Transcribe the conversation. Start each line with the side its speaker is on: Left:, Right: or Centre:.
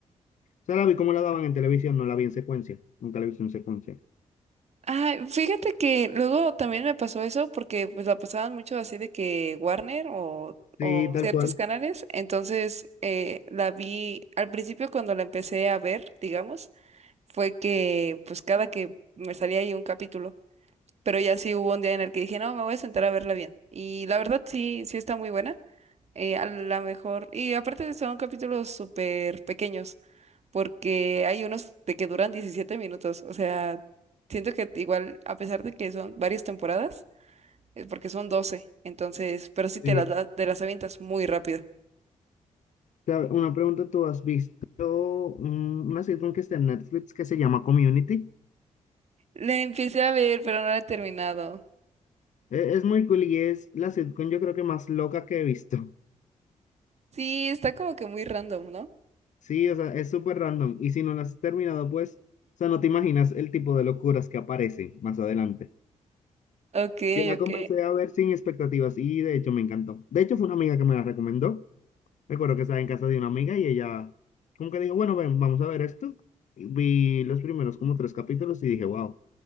Left: O sea, la vi como la daban en televisión, no la vi en secuencia. Nunca la he visto en secuencia.
Right: Ay, fíjate que luego también me pasó eso porque pues la pasaban mucho así de que Warner o, o
Left: Sí, tal
Right: ciertos
Left: cual.
Right: canales, entonces eh, la vi al principio cuando la empecé a ver, digamos, fue que pues cada que me salía ahí un capítulo, pero ya sí hubo un día en el que dije, no, me voy a sentar a verla bien. Y la verdad sí, sí está muy buena, eh, a la mejor, y aparte son capítulos súper pequeños porque hay unos de que duran 17 minutos. O sea, siento que igual, a pesar de que son varias temporadas, eh, porque son 12 entonces, pero sí te
Left: Sí.
Right: las, da- te las avientas muy rápido.
Left: Ta- Una pregunta, ¿tú has visto un- una sitcom que está en Netflix que se llama Community?
Right: La empecé a ver, pero no la he terminado.
Left: E- Es muy cool y es la sitcom yo creo que más loca que he visto. <laughs>
Right: Sí, está como que muy random, ¿no?
Left: Sí, o sea, es súper random. Y si no la has terminado, pues, o sea, no te imaginas el tipo de locuras que aparecen más adelante.
Right: Ok,
Left: Yo la
Right: ok,
Left: comencé a ver sin expectativas y de hecho me encantó. De hecho fue una amiga que me la recomendó. Recuerdo que estaba en casa de una amiga y ella como que dijo, bueno, ven, vamos a ver esto. Y vi los primeros como tres capítulos y dije, wow,